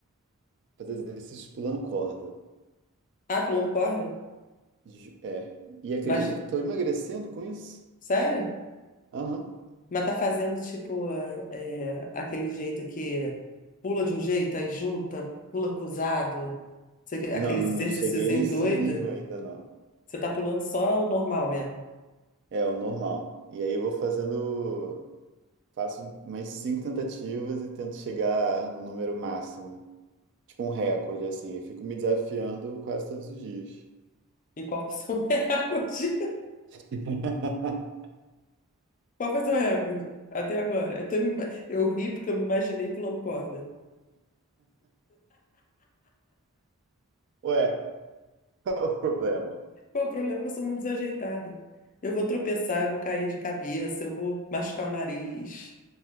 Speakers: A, on the right (about 50°); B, on the left (about 35°).
A: fazer exercícios pulando corda.
B: Ah, pulando corda?
A: Ju- É. E acredita
B: Mas,
A: que estou emagrecendo com isso?
B: sério?
A: Aham.
B: Mas tá fazendo, tipo, eh, eh, aquele jeito que pula de um jeito, aí junta, pula cruzado. Você que- aqueles
A: Não, não,
B: exercícios
A: não. Cheguei
B: em
A: nesse
B: doido.
A: nível ainda, não.
B: Você tá pulando só o normal mesmo.
A: É o normal. E aí eu vou fazendo. Faço mais cinco tentativas e tento chegar no número máximo. Tipo um recorde, assim. E fico me desafiando quase todos os dias.
B: E qual foi o seu <laughs> recorde?
A: <laughs>
B: Qual foi o seu recorde? Até agora. Eu, tô me ima- eu ri porque eu me imaginei pulando corda.
A: Ué, qual o problema?
B: <laughs> Qual o problema é que eu sou muito desajeitada. Eu vou tropeçar, eu vou cair de cabeça, eu vou machucar o nariz.